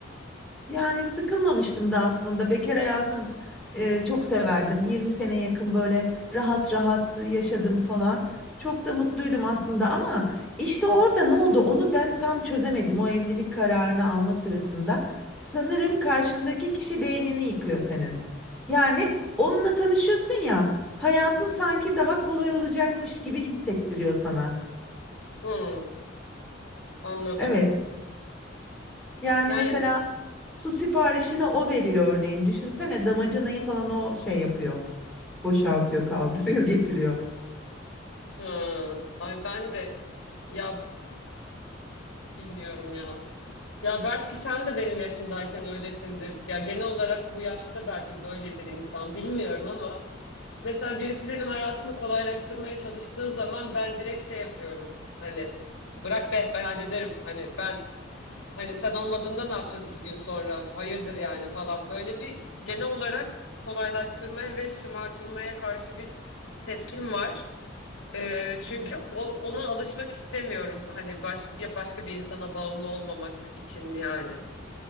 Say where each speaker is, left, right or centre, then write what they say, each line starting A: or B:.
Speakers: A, in the centre; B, on the left.
A: Yani sıkılmamıştım da aslında. Bekar hayatım e, çok severdim. 20 sene yakın böyle rahat rahat yaşadım falan. Çok da mutluydum aslında ama işte orada ne oldu onu ben tam çözemedim o evlilik kararını alma sırasında. Sanırım karşındaki kişi beynini yıkıyor senin. Yani onunla tanışıyorsun ya hayatın sanki daha kolay olacakmış gibi hissettiriyor sana.
B: Hmm, anladım.
A: Evet. Yani
B: Yani
A: mesela su siparişini o veriyor örneğin. Düşünsene damacanayı falan o şey yapıyor. Boşaltıyor, kaldırıyor, <laughs> getiriyor.
B: hı, ay ben de ya Bilmiyorum ya. Ya belki sen de benim yaşımdayken öylesindir. Ya genel olarak bu yaşta belki böyledir insan bilmiyorum ama mesela birisi benim hayatımı kolaylaştırmaya çalıştığı zaman ben direkt şey yapıyorum. Hani bırak be ben hallederim. Hani ben hani sen olmadığında ne yapacağız iki gün sonra? Hayırdır yani falan. Böyle bir genel olarak kolaylaştırmaya ve şımartılmaya karşı bir tepkim var. Ee, çünkü
A: Evet.
B: o, ona alışmak istemiyorum. Hani baş, bir, başka bir insana bağımlı olmamak için yani.